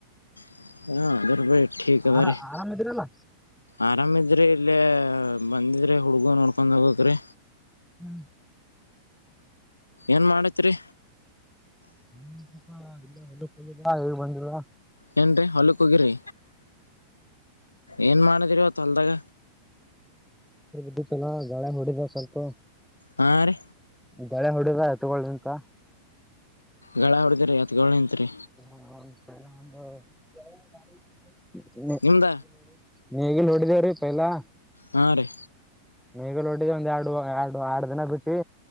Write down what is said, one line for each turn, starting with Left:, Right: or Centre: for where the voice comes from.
Left: <unintelligible>
Centre: ಆರ ಆರಾಮಿದಿರಲ್ಲ
Left: ಆರಾಮಿದ್ರಿ ಇಲ್ಲೇ ಬಂದಿದ್ರೆ ಹುಡುಗ ನೋಡ್ಕೊಂಡ ಹೋಗಕ್ರೆ
Centre: ಹ್ಮ್
Left: ಏನು ಮಾಡತ್ರಿ
Centre: ಹ್ಮ ಪಾ ಇಲ್ಲ ಹೊಲ್ಲ ಹೋಗಿದಾ ಹೇಗ್ ಬಂದದ ನೋಡ
Left: ಏನ್ ರಿ ಹೋಲುಕ್ಕ ಹೋಗಿರಿ ಏನ್ ಮಾಡಿದಿರಿ ಇತ್ತು ಹೊಲ್ದಾಗ
Centre: ಬಿದ್ದಿತ್ತಲ ಗಳೆ ಹೊಡಿದ ಸ್ವಲ್ಪ
Left: ಹಾ ರೀ
Centre: ಗಳೆ ಹೋಡೇದ ಎತ್ತುವಿಂದ
Left: ಗಳೇ ಹೊಡದ್ರಿ ಎತ್ತುಗಳಿಂತತ್ರಿ
Centre: <unintelligible>
Left: ನಿಮ್ದ
Centre: ನೇಗಿಲ ಹೋಡಿದೇವ್ರೀ ಪೈಲಾ
Left: ಹಾ ರೀ
Centre: ನೇಗಿಲ ಹೊಡ್ಡಿದ್ದ ಒಂದ್ ಎರಡು ಎರಡು ಆರ್ಡ್ ವಾರ್ ದಿನ ಬಿಟ್ಟಿ